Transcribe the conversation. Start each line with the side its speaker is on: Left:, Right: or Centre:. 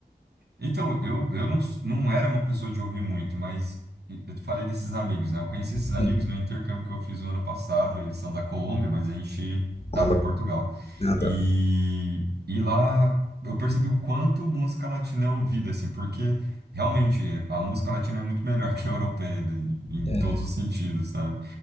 Right: Então, eu, eu não, s- não era uma pessoa de ouvir muito, mas e- eu te falei desses amigos, né? Eu conheci esses amigos
Left: Sim.
Right: no intercâmbio que eu fiz o ano passado. Eles são da Colômbia, mas a gente estava
Left: Ah, mas
Right: em Portugal.
Left: nada.
Right: E, e lá eu percebi o quanto música latina é ouvida, assim, porque realmente a música latina é muito melhor <laughs> que a europeia né? em, em
Left: É,
Right: todos os sentidos, sabe?